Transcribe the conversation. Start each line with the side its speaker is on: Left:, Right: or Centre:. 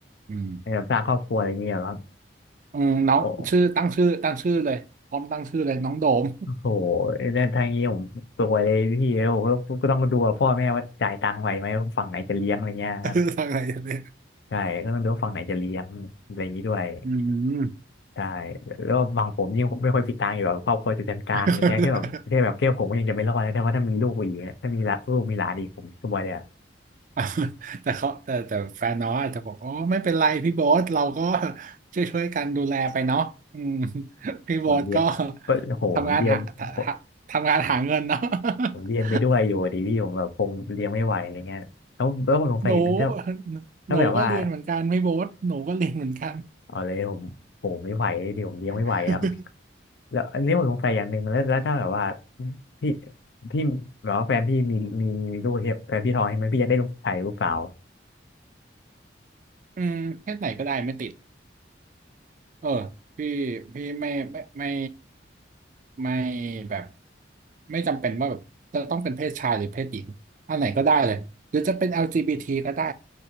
Right: อืม
Left: ในการสร้างครอบครัวอะไรเงี้ยหรอครับ
Right: อืมน้องชื่อตั้งชื่อตั้งชื่อเลยพร้อมตั้งชื่อเลยน้องโดม
Left: โอ้ โหนั่นทางนี้ผมสวยเลยพี่เล้ยผมก็ก็ต้องดูว่าพ่อแม่ว่าจ่ายตังค์ไหวไหมว่าฝั่งไหนจะเลี้ยงอะไรเงี้ยครับ
Right: <laughs> ทางไหนกันเนี่ย
Left: ใช่ก็ต้องดูว่าฝั่งไหนจะเลี้ยงอะไรอย่างนี้ด้วย
Right: อืม
Left: ใช่แล้วฝั่งผมยิ่งไม่ค่อยมีตังค์อยู่แบบครอบครัวจะเป็นกลางอะไรเงี้ยแค่แบบแค่แบบแค่ผมก็ยังจะไม่รอดเลยแต่ว่าถ้ามีลูกอีกอะถ้ามีละลูกมีหลานอีกผมสบายเลยอะ
Right: <laughs> <laughs> แต่เขาแต่แต่แฟนน้องอาจจะบอกอ๋อไม่เป็นไรพี่โบ๊ทเราก็ช่วยช่วยกันดูแลไปเนาะอืม <laughs> พี่โบ๊ทก็
Left: ผมเรียนก็โหผมเรียนผม
Right: ทำงานหาทำทำงานหาเงินเนาะ <laughs>
Left: ผมเรียนไปด้วยอยู่อะดิพี่ผมแบบคงเลี้ยงไม่ไหวอะไรเงี้ยแล้วแล้วผมสงสัยอย่างหนึงถ้า
Right: หนู
Left: ถ้าแบบว่า
Right: หนูก็เรียนเหมือนกันพี่โบ๊ทหนูก็เรียนเหมือนกัน
Left: เอาเลยผมโอ้ไม่ไหวดิผมเลี้ยงไม่ไหวอะ
Right: <laughs>
Left: แล้วอันนี้ผมสงสัยอย่างหนึ่งแล้วแล้วถ้าแบบว่าพี่พี่แบบว่าแฟนพี่มีมีมีลูกเนี่ยแฟนพี่ท้องใช่ไหมพี่จะได้ลูกชายลูกสาว
Right: อืมเพศไหนก็ได้ไม่ติด เออพี่พี่ไม่ไม่ไม่ไม่แบบไม่จำเป็นว่าแบบจะต้องเป็นเพศชายหรือเพศหญิงอันไหนก็ได้เลยหรือจะเป็น LGBT ก็ได้